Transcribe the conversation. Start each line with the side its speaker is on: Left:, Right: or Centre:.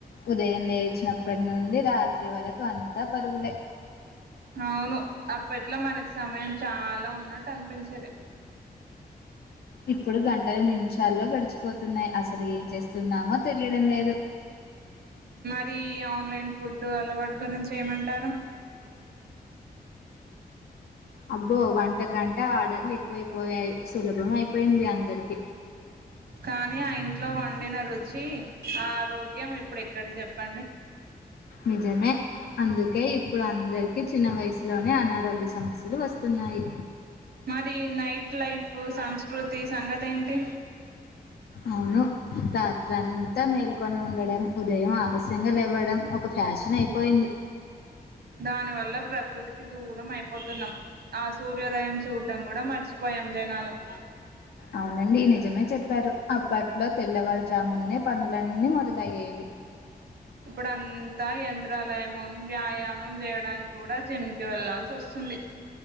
Left: ఉదయం లేచినప్పటి నుండి రాత్రి వరకు అంతా పరుగులే.
Right: అవును అప్పట్లో మనకి సమయం చాలా ఉన్నట్టు అనిపించేది.
Left: ఇప్పుడు గంటలు నిమిష్ చాల్లో గడిచిపోతున్నాయి. అసలు ఏం చేస్తున్నామో తెలియడం లేదు.
Right: ఫ్రీ ఆన్లైన్ ఫుడ్ అలవాటు గురించి ఏమంటారు.
Left: అబ్బో వంటకంటే ఆర్డర్లు ఎక్కువైపోయాయి. సులభం అయిపోయింది. అందరికి
Right: కానీ ఆ ఇంట్లో వండిన రుచి, ఆరోగ్యం ఇప్పుడు ఎక్కడది చెప్పండి.
Left: నిజమే అందుకే ఇప్పుడు అందరికి చిన్న వయసులోనే అనా ఆరోగ్య సమస్యలు వస్తున్నాయి.
Right: మరి నైట్ లైఫ్ సంస్కృతి సంగతి ఏంటి
Left: అవును రాత్రంతా మేల్కొని ఉండడం ఉదయం ఆలస్యంగా లేవ్వడం ఒక ఫ్యాషన్ అయిపోయింది.
Right: దాని వల్ల ప్రకృతికి దూరం అయిపోతున్నాం. ఆ సూర్యోదయం చూడ్డం కూడా మర్చిపోయాం జనాలం.
Left: అవునండి నిజమే చెప్పారు అప్పట్లో తెల్లవారుజామున్నే పనులన్నీ మొదలయ్యేవి.
Right: ఇప్పుడు అంతా యంత్రాలయము వ్యాయామం చేయడానికి కూడా జిమ్కిి వెళ్లాల్సి వస్తుంది.